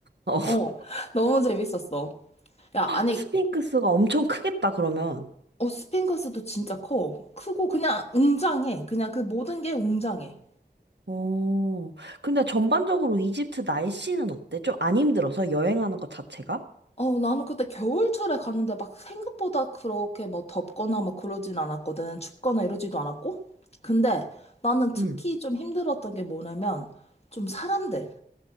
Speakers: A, on the right; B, on the left.
A: <laughs>
B: 어, 너무 재밌었어. 야, 아니,
A: 스핑크스가 엄청 크겠다, 그러면.
B: 어, 스핑크스도 진짜 커. 크고 그냥 웅장해. 그냥 그 모든 게 웅장해.
A: 오, 근데 전반적으로 이집트 날씨는 어때? 좀 안 힘들어서 여행하는 것 자체가?
B: 어, 나는 그때 겨울철에 갔는데 막 생각보다 그렇게 뭐 덥거나 막 그러진 않았거든. 춥거나 이러지도 않았고. 근데 나는 특히
A: 응.
B: 좀 힘들었던 게 뭐냐면 좀 사람들.